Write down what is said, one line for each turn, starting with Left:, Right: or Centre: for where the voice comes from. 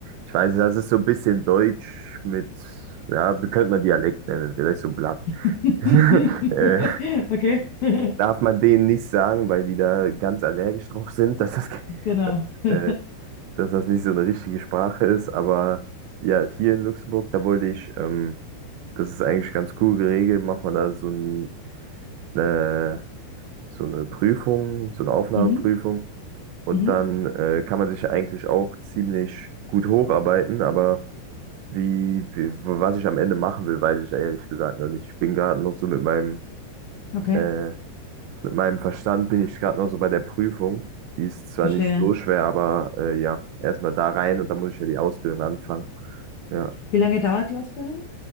Right: ich weiß nicht, das ist so ein bisschen Deutsch mit, ja, wie könnte man Dialekt nennen? Vielleicht so Blatt.
Left: <laughs>
Right: <laughs> äh,
Left: Okay, <laughs>
Right: darf man denen nicht sagen, weil die da ganz allergisch drauf sind, dass das,
Left: genau. <laughs>
Right: äh, dass das nicht so eine richtige Sprache ist. Aber ja, hier in Luxemburg, da wollte ich ähm, Das ist eigentlich ganz cool geregelt. Macht man da so ein, eine, so eine Prüfung, so eine Aufnahmeprüfung.
Left: Mhm.
Right: Und
Left: Mhm.
Right: dann äh, kann man sich eigentlich auch ziemlich gut hocharbeiten. Aber wie, wie, was ich am Ende machen will, weiß ich ehrlich gesagt noch nicht. Ich bin gerade noch so mit meinem,
Left: Okay,
Right: äh, mit meinem Verstand, bin ich gerade noch so bei der Prüfung. Die ist zwar
Left: verstehe.
Right: nicht so schwer, aber äh, ja, erstmal da rein und dann muss ich ja die Ausbildung anfangen. Ja.
Left: Wie lange dauert die Ausbildung?